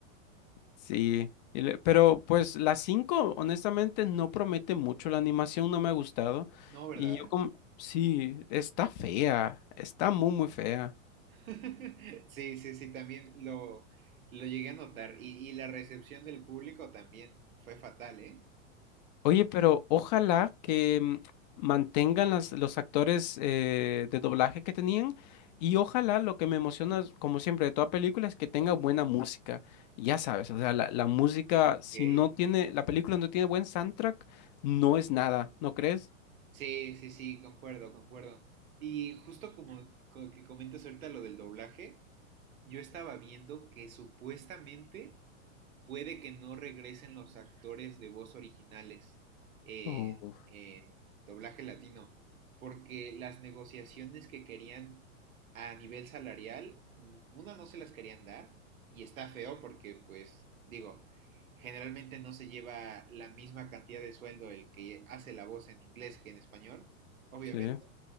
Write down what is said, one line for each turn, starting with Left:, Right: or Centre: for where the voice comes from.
Left: Sí, y le- pero pues la 5, honestamente no promete mucho, la animación no me ha gustado
Right: No, ¿verdad?
Left: y yo como, sí, está fea, está muy muy fea.
Right: <laughs> Sí, sí, sí, también lo, lo llegué a notar. Y, y la recepción del público también fue fatal, ¿eh?
Left: Oye, pero ojalá que mm, mantengan las- los actores eh, de doblaje que tenían y ojalá lo que me emociona, como siempre, de toda película es que tenga buena música. Ya sabes, o sea, la, la música,
Right: Ok.
Left: si no tiene, la película no tiene buen soundtrack, no es nada, ¿no crees?
Right: Sí, sí, sí, concuerdo, concuerdo. Y justo como co- que comentas ahorita lo del doblaje, yo estaba viendo que supuestamente puede que no regresen los actores de voz originales en,
Left: Uf,
Right: en doblaje latino, porque las negociaciones que querían a nivel salarial, una no se las querían dar y está feo porque pues digo, generalmente no se lleva la misma cantidad de sueldo el que hace la voz en inglés que en español, obviamente,
Left: sí.